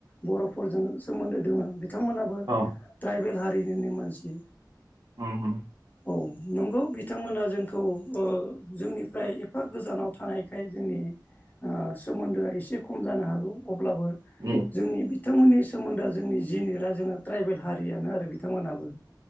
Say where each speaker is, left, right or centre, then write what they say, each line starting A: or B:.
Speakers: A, on the left; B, on the right.
A: बर' फोरजों सोमोन्दो दोङो बिथांमोनाबो
B: औ
A: ट्राइबेल हारिनिनो मानसि
B: उम उम
A: औ नंगौ बिथांमोना जोंखौ ओ जोंनिफ्राय एफा गोजानाव थानायखाय जोंनि ओ सोमोन्दोआ एसे खम जानो हागौ अब्लाबो
B: उ
A: जोंनि बिथांमोननि सोमोन्दोआ जोंनि जिनिरा जोंङो ट्राइबेल हारियानो आरो बिथांमोनाबो